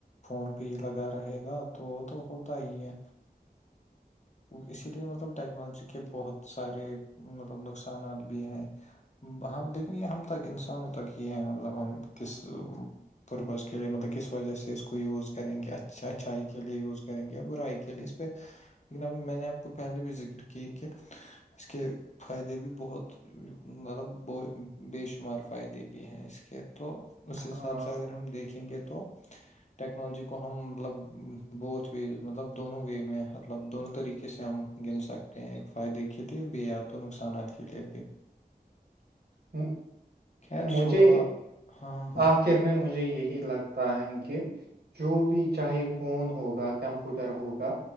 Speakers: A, on the left; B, on the right.
A: فون پہ ہی لگا رہے گا تو وہ تو ہوتا ہی ہے اسی لیے مطلب ٹیکنالوجی کے بہت سارے مطلب نقصانات بھی ہیں ہاں لیکن یہ ہم تک انسانوں تک یہ ہے مطلب ہم کس پرربز کے لیے مطلب کس وجہ سے اس کو یوز کریں گے اچھا اچھ اچھائی کے لیے یوز کریں گےیا برائی کے لیے اس پہ لیکن اب میں نے آپ کو پہلے بھی ذکر کی کہ اس کے فائدے بھی بہت مطلب ب بے شمار فائدے بھی ہیں اس کے تو اس حساب
B: ہاں
A: سے اگر ہم دیکھیں گے تو ٹیکنالوجی کو ہم مطلب بہت و مطلب دونوں وے میں مطلب دونوں طریقے سے ہم گن سکتے ٹ ایک فائدے کے لیے بھی یا تو نقصانات کے لیے بھی
B: ا
A: خیر
B: مجھے
A: چھوڑو اب ہاں
B: آخر میں مجھے یہی لگتا ہے کہ جو بھی چاہے فون ہوگا کمپیوٹر ہوگا